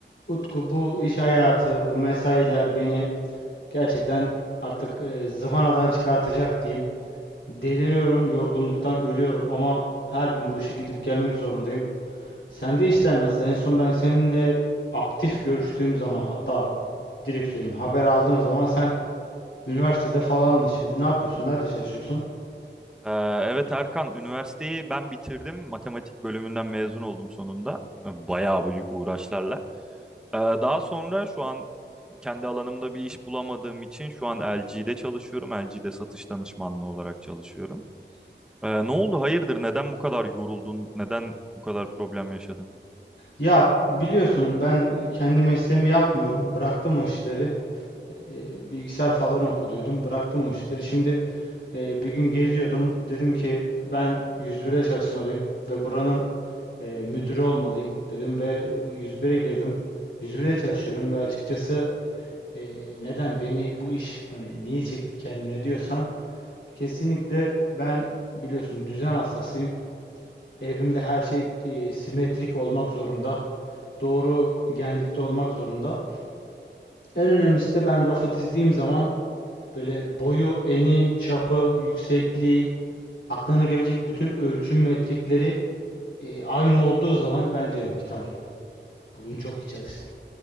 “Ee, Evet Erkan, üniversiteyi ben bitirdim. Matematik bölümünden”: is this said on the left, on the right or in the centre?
Centre